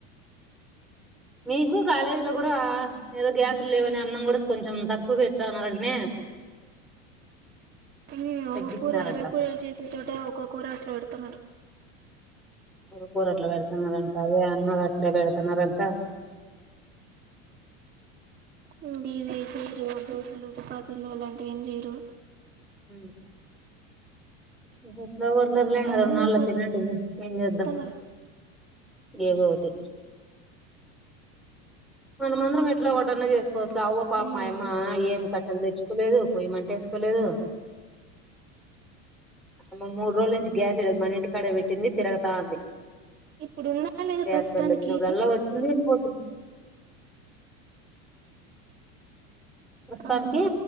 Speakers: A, in the centre; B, on the right.
A: మీకు కాలేజీ లో గూడా ఏదో గ్యాసులు లేవని అన్నం కూడా కొంచెం తక్కువ పెడతా ఉన్నరంటనే.
B: ఉమ్ ఒక్కొ
A: తగ్గించినారంట
B: కూర రెండు కూరలు చేసే చోట ఒక్క కూరా అట్ల పెడుతున్నారు.
A: ఒక్కకూర అట్లా పెడుతున్నారంట అదే అన్నగట్లే పెడుతున్నారంటా.
B: ఉమ్ వే చేయరు దోశలు, చపాతీలు అలాంటివి ఏం చెయరు.
A: ఊ <unintelligible> ఎలాగూ వదలట్ లేం
B: అన్నం
A: కదా కొన్నాళ్ళు
B: చేసి
A: తినండి. ఏంచేద్దాం.
B: పెడుతున్నారు
A: ఇగ ఏవో ఒకటి. మన మందరం ఇట్లా వడ్డన చేస్ కోవచ్చు ఆ అవ్వో పాపం
B: ఉమ్
A: మా యమ్మా ఏం కట్టలు తెచ్ కోలేదు పొయ్యిమంట ఏసుకోలేదు. ఆమె మూడు రోజుల నుంచి గ్యాసే లేదు, మన ఇంటికాడే పెట్టింది తిరగతాంది.
B: ఇప్పుడు ఉందా లేదా
A: గ్యాస్
B: ప్రస్తుతానికి
A: బండి వచ్చినప్పుడల్లా వచ్చింది వెళ్ళిపో ప్రస్తుతానికి
B: ఆహా